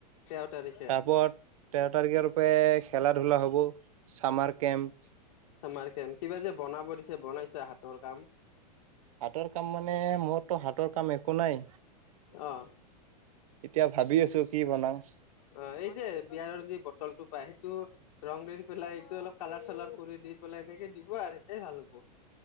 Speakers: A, on the left (about 50°); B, on the right (about 55°).
A: তেৰ তাৰিখে?
B: তাৰপৰত তেৰ তাৰিখেৰোপে খেলা ধূলা হ'ব ছামাৰ কেম্প-
A: ছামাৰ কেম্প কিবা যে বনাব দিছে বনাইছে হাতৰ কাম।
B: হাতৰ কাম মানে মৰতো হাতৰ কাম এক- কো নাই
A: অ
B: এতিয়া ভাবি আছো কি বনাম?
A: অ এই যে বিয়াৰৰ যি বটলটো পায় সেইটো- ৰং দেৰি পেলাই এইটো অলপ কালাৰ চালাৰ কৰি দি পেলাই এনেকে দিব আৰু সেইটোৱে ভাল হ'ব।